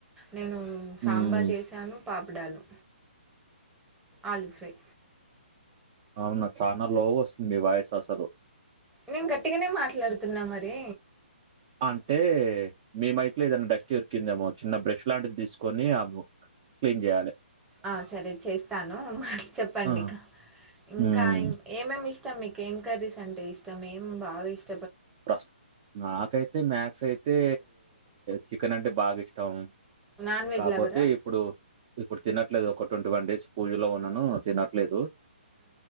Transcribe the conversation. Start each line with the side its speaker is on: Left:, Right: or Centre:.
Centre: నేను
Right: హ్మ్.
Centre: సాంబార్ చేశాను పాపడాలు ఆలు ఫ్రై
Right: అవును చాలా లో వస్తుంది వాయ్సు అసలు
Centre: నేను గట్టిగానే మాట్లాడుతున్నా మరి
Right: అంటే మీ మైక్ లో ఏదైనా డస్ట్ ఎరికిందేమో చిన్న బ్రష్ లాంటిది తీసుకొని ఆ క్లీన్ చేయాలె
Centre: ఆ సరే చేస్తాను మ చెప్పండి
Right: ఆ!
Centre: ఇకా
Right: హ్మ్.
Centre: ఇంకా ఏమేమి ఇష్టం మీకు ఇంకేమ్ కర్రీస్ అంటే ఇష్టం ఏం బాగ ఇష్టం
Right: ప్రస్ నాకైతే మ్యాథ్స్ అయితే చికెన్ అంటే బాగిష్టం
Centre: నాన్ వెజ్
Right: కాపోతే
Centre: లవరా
Right: ఇప్పుడు ఇప్పుడు తినట్లేదు ఒక ట్వంటీ వన్ డేస్ పూజలో ఉన్నాను తినట్లేదు